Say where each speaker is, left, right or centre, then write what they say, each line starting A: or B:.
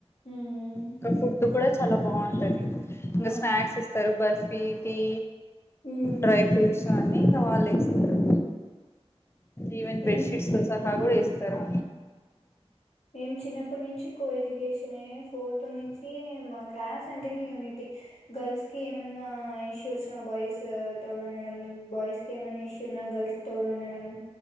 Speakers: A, on the left; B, on the left.
A: ఉమ్
B: ఇక ఫుడ్డ్ కూడ చా చాలా బాగుంటది ఇంకా
A: ఆ
B: స్నాక్స్ ఇస్తారు బర్ఫీ ఈ
A: ఉమ్
B: డ్రై ఫ్రూట్స్ అన్ని వాళ్లే ఇస్తారు ఈవెన్
A: మేం
B: బెడ్షీట్స్ తొ సహా కూడా ఇస్తరు
A: మేము చిన్నప్పటి నుంచి కో ఎడ్యుకేషనే ఫోర్త్ నుంచి మా క్లాస్ అంటేనే యూనిటీ గర్ల్స్ కి ఏమైన్నా ఇష్యూస్ బాయ్స్ తో ఉండడం బాయ్స్ కి ఏమైన్నా ఇష్యూ ఉన్నా గర్ల్స్ తోడు ఉండడం